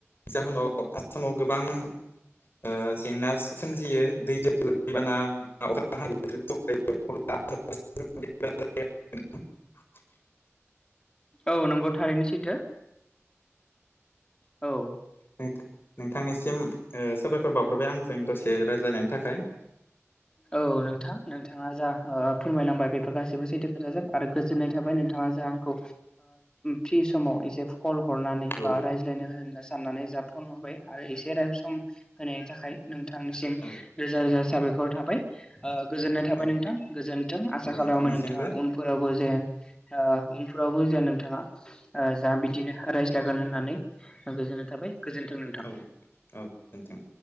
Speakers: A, on the left; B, on the left.
A: जाहोनाव आसामाव गोबां ओ जेंना सोमजियो दैबाना <unintelligible> <unintelligible>
B: औ नंगौ थारैनो सैथो। औ
A: <unintelligible> नोंथांनिसिम साबायखर बावहरबाय आंजों दसे रायज्लायनायनि थाखाय।
B: औ नोंथां नोंथाङा जा फोरमायलांबाय बेफोर गाससिबोसै दोखोथाजोब आरो गोजोननाय थाबाय नोंथाङा जा आंखौ फ्रि समाव एसे फल हरनानै
A: औ
B: बा रायज्लायनो होनना साननानै जा फन हरबाय आरो एसे सम होनायनि थाखाय नोंथांनिसिम
A: औ
B: रोजा रोजा साबायखर थाबाय। गोजोन्नाय थाबाय
A: औ
B: नोंथां गोजोनथों आसा
A: औ
B: खालामो
A: नोंथांनिसिमबो
B: नोंथाङा उनफोरावबो जेन ओ उनफ्रावबो जे नोंथाङा जा बिदिनो रायज्लगोन होननानै गोजोननाय थाबाय। गोजोन्थों नोंथां।
A: औ औ नोंथां